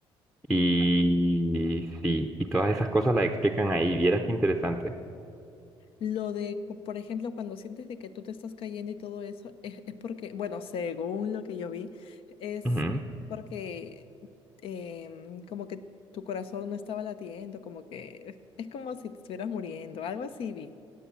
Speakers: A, in the centre; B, on the left.
A: Y sí, y todas esas cosas las explican ahí. Vieras qué interesante.
B: Lo de, po- por ejemplo, cuando sientes de que tú te estás cayendo y todo eso, es, es porque, bueno, según lo que yo vi, es
A: Ujú.
B: porque em, como que tu corazón no estaba latiendo, como que es como si te estuvieras muriendo, algo así vi.